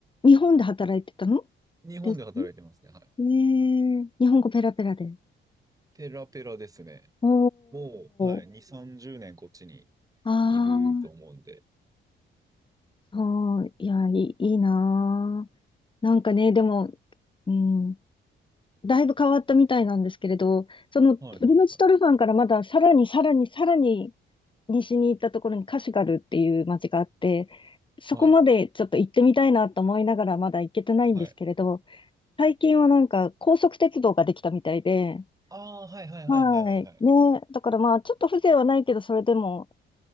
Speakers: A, on the left; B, on the right.
A: 日本で働いてたの
B: い。日本で働いてますね。
A: ですね。
B: はい。
A: ええー日本語ペラペラで。
B: ペラペラですね。
A: お
B: もう、はい。
A: ー。
B: 2、30年こっちに
A: あ
B: いると思うんで。
A: あ、そい。いや、いい、いいなー。なんかね、でも、うん。だいぶ変わったみたいなんですけれど、そのウルムチトルファンからまださらにさらにさらに
B: はいはいはい。
A: 西に行ったところにカシュガルっていう街があって、そこまでちょっと行ってみたいなと思いながらまだ行けてないんですけれど、
B: はい。はい。
A: 最近はなんか高速鉄道ができたみたいで、
B: ああ、はいはいはいはいはいはい。
A: はい。ね。だからまあちょっと風情はないけど、それでも、